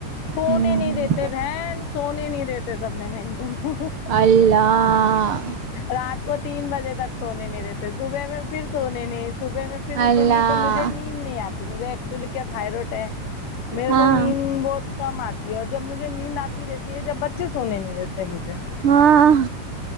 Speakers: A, on the left; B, on the right.
A: سونے
B: ہوں
A: نہیں دیتے بہن سونے نہیں دیتے سب میں میں ایک تو
B: اللہ
A: رات کو تین بجے تک سونے نہیں دیتے صبح میں پھر سونے نہیں صبح میں پھر اٹوں
B: اللہ
A: گی تو مجھے نیند نہیں آتی مجھے ایکچولی کیا تھاائرائڈ ہے میرے
B: ہاں
A: کو نیند بہت کم آتی ہے اور جب مجھے نیند آتی رہتی ہے جب بچے سونے نہیں دیتے مجھے
B: ہاں